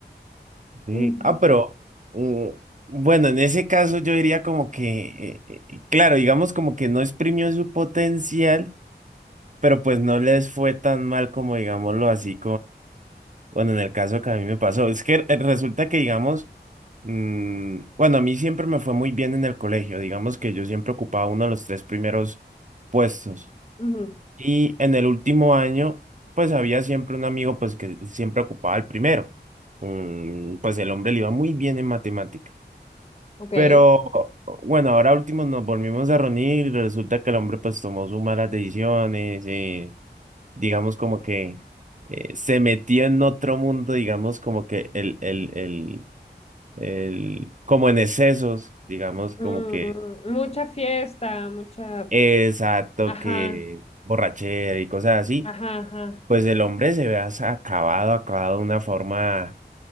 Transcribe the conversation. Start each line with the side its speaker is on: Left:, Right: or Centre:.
Right: Ve,
Left: Ujú,
Right: Ah, pero mm, bueno, en ese caso yo diría como que, eh, eh, eh, claro, digamos como que no exprimió su potencial, pero pues no les fue tan mal como digámoslo así Bueno, en el caso que a mí me pasó, es que eh, resulta que, digamos, mm, bueno, a mí siempre me fue muy bien en el colegio, digamos que yo siempre ocupaba uno de los tres primeros puestos.
Left: ujú.
Right: Y en el último año, pues había siempre un amigo, pues que siempre ocupaba el primero. Mm, pues el hombre le iba muy bien en matemática.
Left: Ok.
Right: Pero bueno, ahora último nos volvimos a reunir y resulta que el hombre pues tomó sus malas decisiones. eh, digamos, como que eh, se metió en otro mundo, digamos, como que el, el, el, el, como en excesos, digamos, como
Left: Mm,
Right: que
Left: mucha fiesta, mucha...
Right: exacto,
Left: Ajá,
Right: que borrachera y cosas así,
Left: ajá, ajá.
Right: pues el hombre se ve as- acabado, acabado de una forma